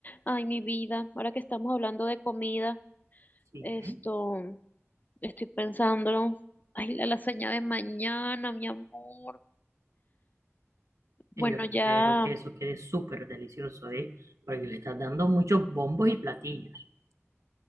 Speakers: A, on the left; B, on the right.
A: Ay, mi vida, ahora que estamos hablando de comida,
B: Sí,
A: esto, estoy pensándolo. Ay, la lasaña de mañana, mi amor.
B: y
A: Bueno,
B: yo espero
A: ya,
B: que eso quede súper delicioso, ¿eh? Porque le estás dando muchos bombos y platillos.